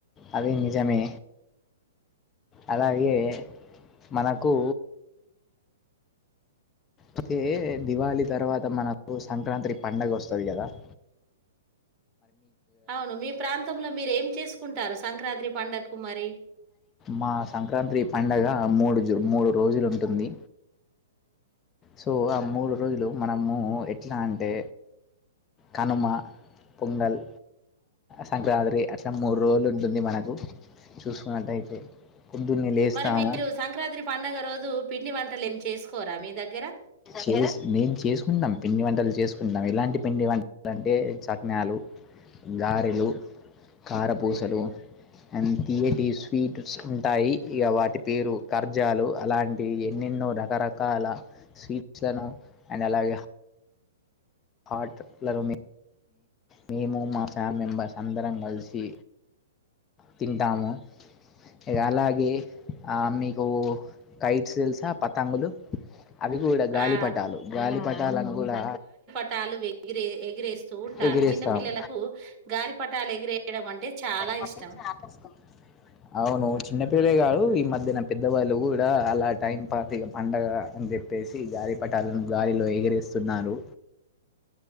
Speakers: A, on the left; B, on the right.
A: అది నిజమే అలా యే మనకు అయితే దివాళి తర్వాత మనకు సంక్రాంతి పండగ వస్తది గదా <inaudible>
B: అవును మీ ప్రాంతంలో మీరు ఏం చేసుకుంటారు సంక్రాంతి పండగకు మరి
A: మా సంక్రాంతి పండగ మూడు జు మూడు రోజులు ఉంటుంది సో ఆ మూడు రోజులు మనము ఎట్లా అంటే కనుమ పొంగల్ సంక్రాంతి అట్లా మూడు రోజులు ఉంటుంది మనకు చూసుకున్నట్టయితే పొద్దున్నే లేస్తాము
B: మరి మీరు సంక్రాంతి పండుగ రోజు పిండి వంటలు ఏమి చేసుకోరా మీ దగ్గర
A: చేస్ నేను చేసుకుంటున్నాం పిండి వంటలు చేసుకుంటున్నాం ఎలాంటి పిండి వంటలు అంటే సఖినాలు గారెలు కారపూసలు అండ్ తీయటి స్వీట్స్ ఉంటాయి ఇగ వాటి పేరు ఖర్జాలు అలాంటివి ఎన్ని ఎన్నో రకరకాల స్వీట్స్లను అండ్ అలాగే హట్లను మేము మా ఫ్యామ్ మెంబర్స్ అందరం కలిసి తింటాము ఇగ అలాగే ఆ మీకు కైట్స్ తెలుసా పతంగులు అవి గూడా గాలి
B: ఆ!
A: పటాలు గాలి పటాలని గూడా
B: పటాలు ఎరే ఎగిరేస్తూ ఉంటారు
A: ఎగిరేస్తాము
B: చిన్న పిల్లలకు గాలి పటాలు ఎగిరేయడం అంటే చాలా
A: బట్టి
B: ఇష్టం.
A: చపి వస్తుంది <unintelligible> అవును చిన్న పిల్లలే గాదు ఈ మధ్యన పెద్దవాళ్ళు గూడా అలా టైం పాస్ ఇగ పండగ అన్ చెప్పేసి గాలి పటాలను గాలిలో ఎగిరేస్తున్నారు